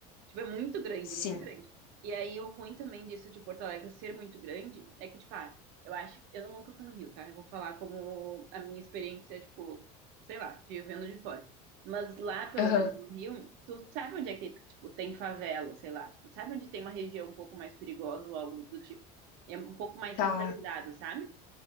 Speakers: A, on the right; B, on the left.
A: Tipo, é muito grande,
B: Sim.
A: muito grande. E aí, o ruim também disso de Porto Alegre ser muito grande é que, tipo, ah, eu acho. Eu nunca fui no Rio, tá? Eu vou falar como a minha experiência, tipo, sei lá, de vendo de fora. Mas lá, pelo
B: Aham.
A: menos no Rio, tu sabe onde é que, tipo, tem favela, sei lá. Tipo, sabe onde tem uma região um pouco mais perigosa ou algo do tipo. É um pouco mais
B: Tá.
A: centralizado, sabe?